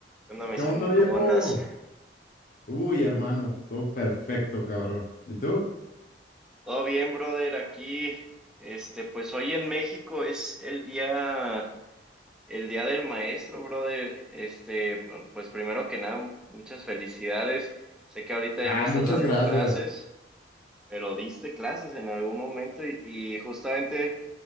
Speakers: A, in the centre; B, on the left.
A: ¿Qué onda, mis
B: ¿Qué onda,
A: amor?
B: viejo?
A: ¿Cómo andas?
B: Uy, hermano, todo perfecto, cabrón. ¿Y tú?
A: Todo bien, brother, aquí. Este, pues hoy en México es el día, el día del maestro, brother. Este, bueno, pues primero que nada, muchas felicidades. Sé que ahorita
B: Ah,
A: ya no estás
B: muchas
A: dando
B: gracias.
A: clases, pero diste clases en algún momento y, y justamente